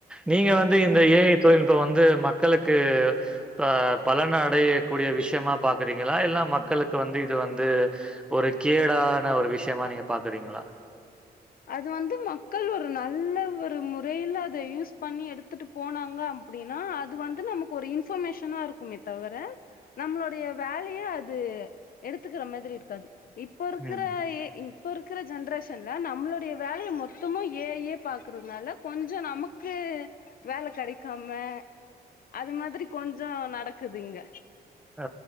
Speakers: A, in the centre; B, on the left (about 60°).
A: நீங்க வந்து இந்த
B: ம்
A: ஏ ஐ தொழில்நுட்பம் வந்து மக்களுக்கு ஆ பலன அடையக்கூடிய விஷயமா பாக்குறீங்களா எல்லா மக்களுக்கு வந்து இது வந்து ஒரு கேடான ஒரு விஷயமா நீங்க பாக்குறீங்களா
B: அது வந்து மக்கள் ஒரு நல்ல ஒரு முறையில அத யூஸ் பண்ணி எடுத்துட்டு போனாங்க அப்டின்னா அது வந்து நமக்கு ஒரு இன்ஃபர்மேஷனா இருக்குமே தவர நம்மளுடைய வேலைய அது எடுத்துக்கிற மாதிரி இருக்காது இப்ப இருக்கிற
A: ம்.
B: ஏ இப்ப இருக்கிற ஜென்ரேஷன்ல நம் ம்மளுடைய வேலைய மொத்தமும் ஏ ஐ யே பாக்குறதுனால கொஞ்சோ நமக்கு வேல கெடைக்காம அது மாதிரி கொஞ்சோ நடக்குது இங்க
A: ஆ